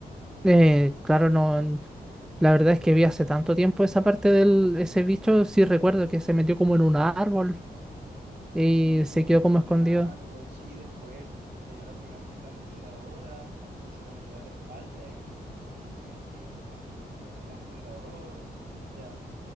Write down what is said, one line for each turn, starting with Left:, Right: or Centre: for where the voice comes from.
Centre: eh, claro, no. n- La verdad es que vi hace tanto tiempo esa parte del ese bicho, sí recuerdo que se metió como en un árbol y
Right: Sí,
Centre: se
Right: como que
Centre: quedó
Right: se metió
Centre: como escondido.
Right: en un árbol, sí, después cayó la primer titán fundadora y se la dio a la espalda y, y de ahí ella se transformó en el primer titán fundador, ya,